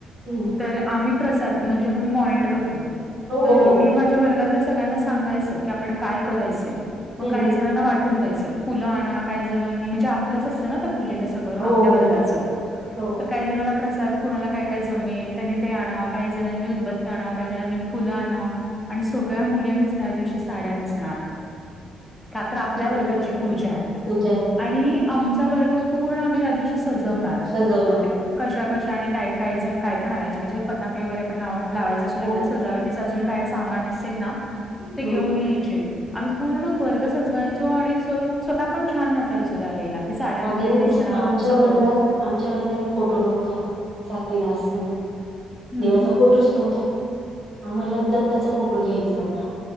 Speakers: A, on the right; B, in the centre.
A: हम्म हम्म
B: तर आम्ही प्रसाद, म्हनजे आता मी मॉनिटर होते,
A: हो
B: तर
A: हो
B: मी माझ्या वर्गातल्या सगळ्यांना सांगायचं की आपण काय करायचंय, मग
A: हम्म
B: काही
A: हम्म
B: जणांना वाटून द्यायचं. फुलं आणा काही जणांनी, म्हणजे आपलंच असतं ना त्या पूजेला सगळं,
A: हो
B: आपल्या
A: हो
B: वर्गाचं.
A: हो
B: तर काही जणांना प्रसाद कुणाला काय काय जमेल त्यांनी ते आणा, काही जणांनी उदबत्ती आणा, काही जणांनी फुलं आणा. आणि सगळ्या मुली आम्ही त्या दिवशीचं साड्या नेसणार.
A: <inaudible>
B: का तर आपल्या
A: आमच्या
B: वर्गाची
A: इथे तसं
B: पूजा आहे.
A: पूजा आहे
B: आणि आमचा वर्ग पूर्ण आम्ही त्या दिवशी सजवणार.
A: सजवणार.
B: ते कशा कशाने आणि काय काही जण काय पन आणायचे, म्हणजे पताके वगैरे पण ला लावायचे, असुदे
A: हो
B: किंवा सजावटी अजून काय सामान असेल ना,
A: हम्म
B: ते घेऊन यायचे. आम्ही पूर्ण वर्ग सजवायचो, आणि स्व स्वतः पण छान नटायचो त्यावेेळेला. की साड्या
A: अगं
B: वगैरे नेसणार,
A: पुस आमच्या
B: सगळं.
A: वर्गात आमच्या वर्गात फोटो नव्हता, सातवीला असताना,
B: हम्म
A: देवाचा फोटोच नव्हता, आम्हाला दत्ताचा फोटो घ्यायचा होता,